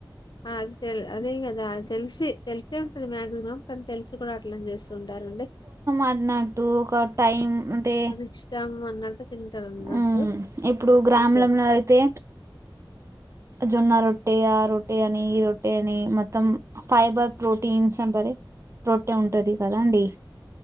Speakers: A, on the left; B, on the right.
A: అది తెల్ అదే అదా అ తెల్సి తెల్సే ఉంటది మ్యాక్సిమమ్ కనీ తెల్స కూడా అట్లా చేస్తూ ఉంటారండి
B: ఆడినట్టు ఒక టైం అంటే
A: అది ఇష్టం అన్నట్టు తింటారు అన్నట్టు
B: ఉ ఇప్పుడు గ్రామంలో
A: అంతే
B: అయితే జొన్నా రొట్టె ఆ రొట్టె అని ఈ రొట్టె అని మొత్తం ఫైబర్ ప్రోటీన్స్ అపరి రొట్టే ఉంటది కదాండి